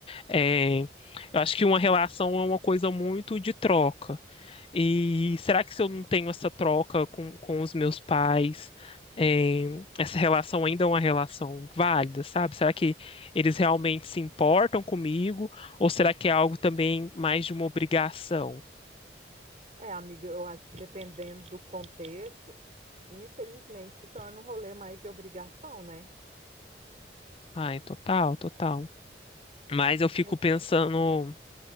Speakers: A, on the left; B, on the right.
A: É, eu acho que uma relação é uma coisa muito de troca. E será que se eu não tenho essa troca com, com os meus pais, é, essa relação ainda é uma relação válida, sabe? Será que eles realmente se importam comigo? Ou será que é algo também mais de uma obrigação?
B: É, amiga, eu acho que dependendo do contexto, infelizmente se torna um rolê mais de obrigação, né?
A: Ai, total, total. Mas eu fico
B: E eu-
A: pensando
B: hum,